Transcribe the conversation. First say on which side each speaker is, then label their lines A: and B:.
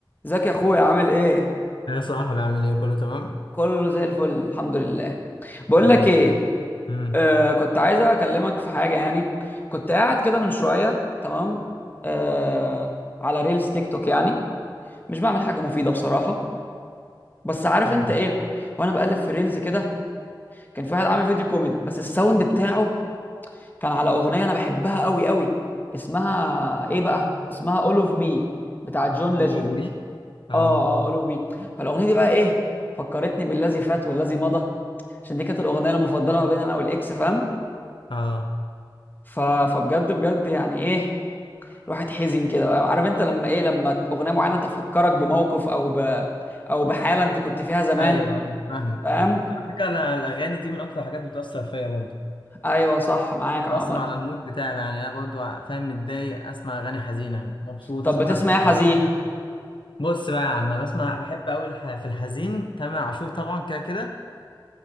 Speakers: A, on the left; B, on the left.
A: ازيك يا اخويا عامل ايه
B: يا صاحبي عامل ايه كله تمام
A: كله زي الفل الحمد لله بقول
B: ايه الاخبار
A: لك ايه
B: امم
A: آه كنت عايز اكلمك في حاجه يعني كنت قاعد كده من شويه تمام آه على ريلز تيك توك يعني مش بعمل حاجه مفيده بصراحه بس عارف
B: امم
A: انت ايه وانا بقلب في ريلز كده كان في واحد عامل فيديو كوميدي بس الساوند بتاعه كان على اغنيه انا بحبها قوي قوي اسمها ايه بقى اسمها All of Me بتاع جون ليجند
B: All of me اه
A: اه اه اولو مي فالاغنيه دي بقى ايه فكرتني بالذي فات والذي مضى عشان دي كانت الاغنيه المفضله ما بين انا والاكس فاهم
B: اه
A: ف... فبجد بجد يعني ايه الواحد حزين كده بقى عارف انت لما ايه لما اغنيه معينه تفكرك بموقف او ب... او بحاله انت كنت فيها زمان
B: ايوه ايوه فاهمك
A: فاهم
B: فاهمك على فكره انا الاغاني دي من اكتر الحاجات اللي بتاثر فيا برضه
A: ايوه صح معاك يا
B: بتاثر
A: عمر
B: على المود بتاعي يعني انا برضه فاهم متضايق اسمع اغاني حزينه مبسوط
A: طب
B: اسمع
A: بتسمع
B: حاجه
A: ايه حزين
B: حاجة. بص بقى يا عم أنا بسمع بحب قوي الح... في الحزين تامر عاشور طبعا كده كده